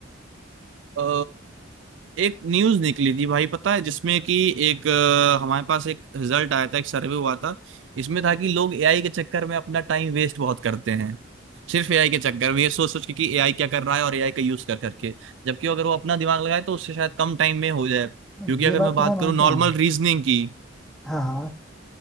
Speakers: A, on the right; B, in the centre.
A: अ, एक न्यूज निकली थी भाई पता है जिसमें कि एक अ, हमारे पास एक रिजल्ट आया था एक सर्वे हुआ था इसमें था कि लोग एआई के चक्कर में अपना टाइम वेस्ट बहुत करते हैं सिर्फ एआई के चक्कर में ये सोच सोच के कि एआई क्या कर रहा है और एआई का यूज कर करके जबकि अगर वो अपना दिमाग लगाए तो उससे शायद कम टाइम में हो जाए क्योंकि
B: नहीं,
A: अगर
B: ये बात
A: मैं बात
B: तो मैं मानता
A: करूँ नॉर्मल
B: हूँ
A: रीजनिंग की
B: हाँ हाँ